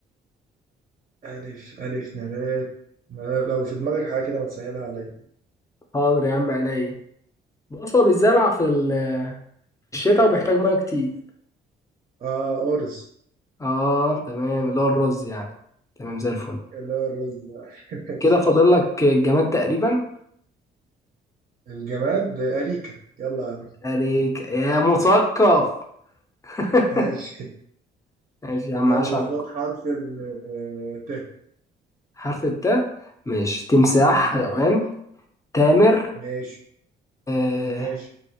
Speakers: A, on the right; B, on the left.
A: ألف ألف نبات ما لو في دماغك حاجة كده ما تسهلها عليا
B: حاضر يا عم عينيا بص هو بيتزرع في ال- الشتاء وبيحتاج ميه كتير
A: آه أرز
B: اه تمام اللي هو الرز يعني تمام زي الفل
A: اللي هو الرز ده. <laughs>
B: كده فاضل لك الجماد تقريبا
A: الجماد أريكة يلا يا عم
B: عليك يا مثقف <laughs>
A: ماشي
B: ماشي
A: <laughs>
B: يا عم
A: يلا
B: عاش عليك
A: خد حرف ال آه، ت
B: حرف التاء ماشي تمساح
A: مم.
B: حيوان تامر
A: ماشي
B: آه...
A: ماشي